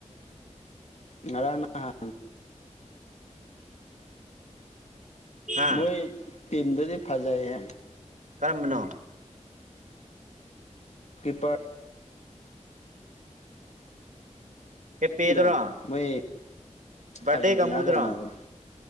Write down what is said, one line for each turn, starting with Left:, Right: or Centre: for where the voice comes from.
Left: ꯔꯅꯍ
Right: ꯍꯥ
Left: ꯃꯣꯏ ꯇꯤꯝꯗꯨꯗꯤ ꯐꯖꯥꯏꯍꯦ
Right: ꯀꯔꯝꯕꯅꯣ
Left: ꯒꯤ ꯄ
Right: ꯄꯦꯄꯦꯗꯨꯔꯣ
Left: ꯗꯣ ꯃꯣꯏ
Right: ꯕꯥꯔꯗꯦ
Left: ꯑꯔꯖꯦꯟꯇꯤꯅꯥꯒꯅꯕ
Right: ꯀꯥꯡꯕꯨꯗꯨꯔꯣ